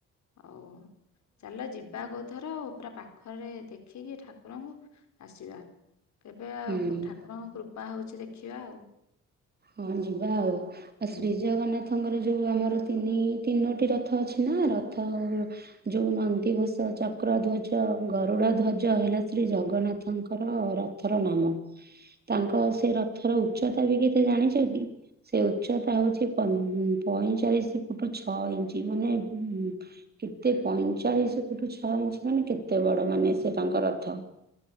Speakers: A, on the left; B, on the right.
A: ଆଉ ଚାଲ ଯିବା କୋଉ ଥର ଆଉ ପୁରା ପାଖରେ ଦେଖିକି ଠାକୁରଙ୍କୁ ଆସିବା। କେବେ ଆଉ
B: ହୁଁ।
A: ଠାକୁରଙ୍କ କୃପା ହଉଛି ଦେଖିବା ଆଉ।
B: ହଁ ଯ ବାହ ଅସି
A: ହଁ
B: ଜଗନ୍ନାଥଙ୍କର ଯେଉଁ ଆମର ତିନି ତିନୋଟି ରଥ ଅଛି ନା ରଥ ଯୋଉ ନନ୍ଦିଘୋଷ, ଚକ୍ର ଧ୍ୱଜ, ଗରୁଡ ଧ୍ୱଜ, ହେଲା ଶ୍ରୀ ଜଗନ୍ନାଥଙ୍କର ର ରଥର ନାମ ତାଙ୍କ ସେ ରଥର ଉଚ୍ଚତା ବି କେତେ ଜାଣିଛନ୍ତି? ସେ ଉଚ୍ଚତା ହଉଛି, ପଇଁଚାଳିଶ ଫୁଟ ଛଅ ଇଞ୍ଚ ମାନେ କେତେ ପଇଁଚାଳିଶ ଫୁଠୁ ଛଅ ଇଞ୍ଚ ମାନେ କେତେ ବଡ ମାନେ ସେ ତାଙ୍କର ରଥ।